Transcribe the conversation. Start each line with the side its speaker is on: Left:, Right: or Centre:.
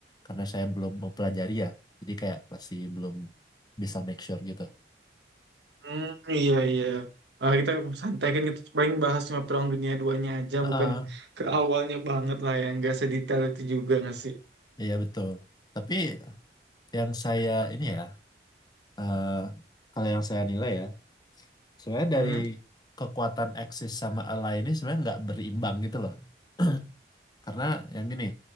Left: karena saya belum mempelajari ya, jadi kayak masih belum bisa make sure gitu.
Right: Hmm, iya iya. Ah, kita santai kan kita paling bahas cuma Perang Dunia duanya aja,
Left: Heeh,
Right: bukan ke awalnya banget lah yang gak sedetail itu juga nggak sih?
Left: iya betul. Tapi yang saya ini ya, eh, kalau yang saya nilai ya, sebenarnya
Right: Hmm?
Left: dari kekuatan Axis sama Ally ini sebenarnya nggak berimbang gitu loh. <clears throat> Karena yang gini,